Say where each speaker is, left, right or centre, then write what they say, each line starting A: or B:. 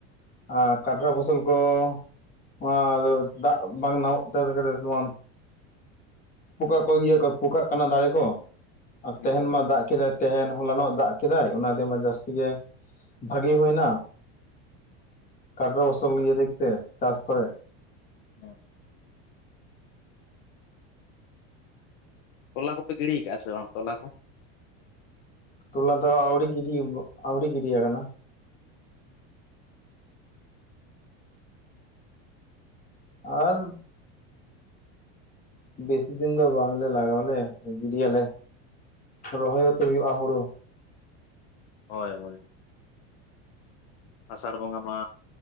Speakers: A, on the left; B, on the left.
A: ᱟᱨ ᱠᱟᱴᱨᱟ ᱯᱷᱚᱥᱚᱞ ᱠᱚ ᱚᱱᱟ ᱫᱚ ᱫᱟᱜ ᱵᱟᱝ ᱱᱟᱢᱚᱜ ᱛᱮ <unintelligible> ᱱᱚᱶᱟ ᱯᱚᱠᱟ ᱠᱚ ᱤᱭᱟᱹ ᱠᱚ ᱯᱚᱠᱟᱜ ᱠᱟᱱᱟ ᱫᱟᱨᱮ ᱠᱚ ᱟᱨ
B: ᱦᱩᱸ
A: ᱛᱟᱦᱮᱱ ᱢᱟ ᱫᱟᱜ ᱠᱮᱫᱟᱭ ᱛᱟᱦᱮᱱ ᱦᱚᱞᱟᱱᱚᱜ ᱫᱟᱜ ᱠᱮᱫᱟᱭ ᱚᱱᱟᱛᱮᱢᱟ ᱡᱟᱹᱥᱛᱤ ᱜᱮ ᱵᱷᱟ. ᱜᱤ ᱦᱩᱭᱮᱱᱟ ᱠᱟᱴᱮᱨᱚ ᱯᱷᱚᱥᱚᱞ
B: ᱟᱪᱪᱷᱟ ᱟᱪᱪᱷᱟ
A: ᱤᱭᱟᱹ ᱫᱤᱠ ᱛᱮ ᱪᱟᱥ ᱠᱚᱨᱮ
B: ᱦᱮᱸ ᱛᱚᱞᱟ ᱠᱚᱯᱮ ᱜᱤᱲᱤ ᱭᱟᱠᱟᱜᱼᱟ ᱥᱮ ᱵᱟᱝ ᱛᱚᱞᱟ ᱠᱚ?
A: ᱛᱚᱞᱟ ᱫᱚ ᱟᱹᱣᱲᱤ ᱜᱤᱹᱰᱤ ᱟᱹᱣᱲᱤ ᱜᱤᱹᱰᱤ ᱟᱠᱟᱱᱟ᱾ ᱟᱨ ᱵᱮᱥᱤ ᱫᱤᱱ ᱫᱚ ᱵᱟᱝᱞᱮ ᱞᱟᱜᱟᱣᱟᱞᱮ ᱜᱤᱹᱰᱤ ᱭᱟᱞᱮ ᱨᱚᱦᱚᱭ ᱦᱚᱸᱛᱚ ᱦᱩᱭᱩᱜᱼᱟ ᱦᱩᱲᱩ᱾
B: ᱦᱚᱭ ᱦᱚᱭ ᱟᱥᱟᱲ ᱵᱚᱸᱜᱟ ᱢᱟ